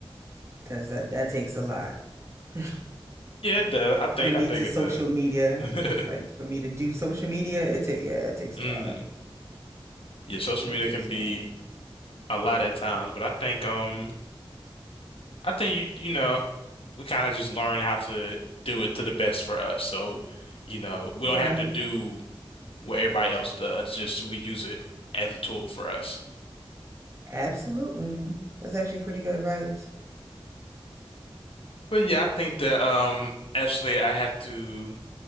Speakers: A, on the right; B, on the left.
A: because that, that takes a lot. <laughs>
B: Yeah, it does. I think
A: For me
B: I think
A: to
B: it
A: social
B: does.
A: media,
B: <laughs>
A: like for me to do social media, it take yeah, it takes
B: Mm.
A: a lot.
B: Yeah, social
A: It
B: media
A: takes
B: can be
A: a lot.
B: a lot at times, but I think um I think you you know, we kind of just learn how to do it to the best for us. So, you know, we
A: You're
B: don't have
A: right.
B: to do what everybody else does, just we use it as a tool for us.
A: Absolutely. That's actually pretty good advice.
B: But yeah, I think that um actually I have to